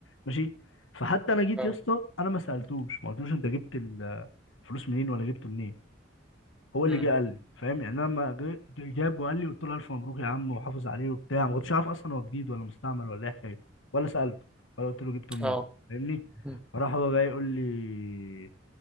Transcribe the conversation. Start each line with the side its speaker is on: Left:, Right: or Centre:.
Left: ماشي فحتى انا جيت
Centre: اه
Left: يا اسطى انا ما سالتوش ما قلتلوش انت جبت ال- الفلوس منين ولا جبته منين هو اللي
Centre: امم
Left: جه قال لي فاهم يعني انا لما جه- جه- جاب وقال لي قلت له الف مبروك يا عم وحافظ عليه وبتاع ما كنتش عارف اصلا هو جديد ولا مستعمل ولا ايه حكايته ولا سالته ولا قلت له جبته منين
Centre: اه
Left: فاهمني
Centre: مم.
Left: فراح هو جاي يقول لي